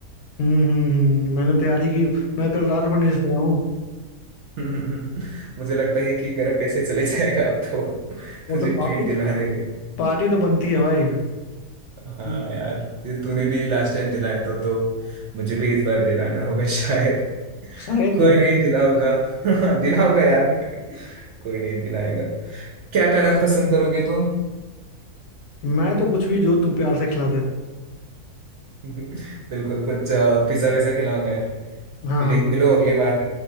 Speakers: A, on the left; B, on the right.
A: हम्म हम्म हम्म, मैंने तैयारी की मैं कल रात पर नहीं सोया हूँ
B: <laughs> मुझे लगता है कि मेरा पैसे चले जाएगा अब तो <laughs>
A: और
B: तुझे
A: तो
B: ट्रीट
A: पार्टी
B: दिलाने में
A: पार्टी तो बनती है भाई
B: हाँ
A: हम्म,
B: यार ये तूने भी लास्ट टाइम दिलाया था तो मुझे भी इस बार दिलाना होगा <laughs> शायद
A: शायद
B: कोई
A: क्या
B: नहीं दिलाऊंगा <laughs> दिलाऊंगा यार कोई नहीं दिलाएगा क्या खाना पसंद करोगे तुम
A: मैं तो कुछ भी जो तू प्यार से खिला दे
B: <laughs> बिल्कुल कुछ पिज्जा विज्जा खिलाऊंगा
A: हाँ
B: मिले
A: हाँ बिल्कुल
B: मिलो अगली बार